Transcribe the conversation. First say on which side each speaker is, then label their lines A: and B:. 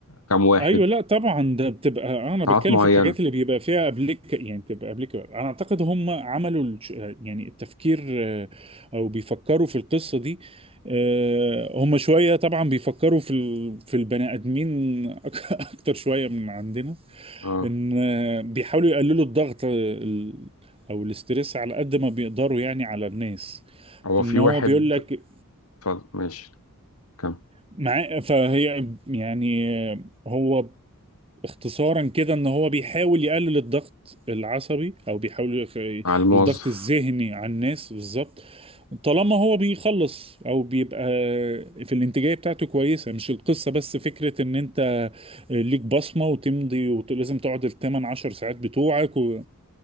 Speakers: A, on the left (about 85°); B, on the right (about 25°).
A: كام واحد
B: ايوه لا طبعا ده بتبقى انا
A: قطاعات
B: بتكلم
A: معينه
B: في الحاجات اللي بيبقى فيها ابليك يعني بتبقى ابليك انا اعتقد هم عملوا الش- يعني التفكير آه، او بيفكروا في القصه دي آه، هم شويه طبعا بيفكروا في ال- في البني ادمين <laughs> أك- اكتر شويه من عندنا
A: اه
B: ان آه، بيحاولوا يقللوا الضغط آه، ال- او الاسترس على قد ما بيقدروا يعني على الناس
A: هو
B: ان
A: في
B: هو
A: واحد
B: بيقول لك
A: اتفضل ماشي كم
B: مع فهي يعني آه، هو اختصارا كده ان هو بيحاول يقلل الضغط العصبي او بيحاول يخ-
A: على الموظف
B: الضغط الذهني على الناس بالظبط طالما هو بيخلص او بيبقى في الانتاجيه بتاعته كويسه مش القصه بس فكره ان انت ليك بصمه وتمضي ولازم تقعد الثمان عشر ساعات بتوعك و...